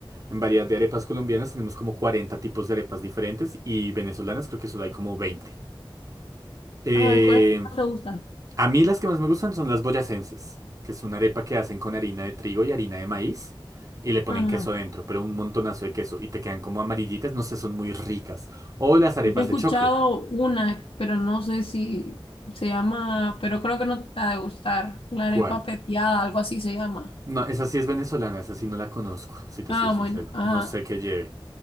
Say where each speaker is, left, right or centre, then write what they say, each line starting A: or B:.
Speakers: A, on the right; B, on the left.
A: En variedad de arepas colombianas tenemos como 40 tipos de arepas diferentes y venezolanas creo que solo hay como 20. Eh,
B: Ay, cuál es la que más te gusta?
A: A mí las que más me gustan son las boyacenses, que es una arepa que hacen con harina de trigo y harina de maíz y le ponen
B: Ajá.
A: queso dentro, pero un montonazo de queso y te quedan como amarillitas, no sé, son muy ricas. O las arepas
B: Yo he escuchado
A: de choclo.
B: una, pero no sé si se llama, pero creo que no te ha de gustar. La
A: ¿Cuál?
B: arepa pepiada, algo así se llama.
A: No, esa sí es venezolana, esa sí no la conozco, si te
B: Ah,
A: soy sincero.
B: bueno, ajá,
A: No sé qué lleve.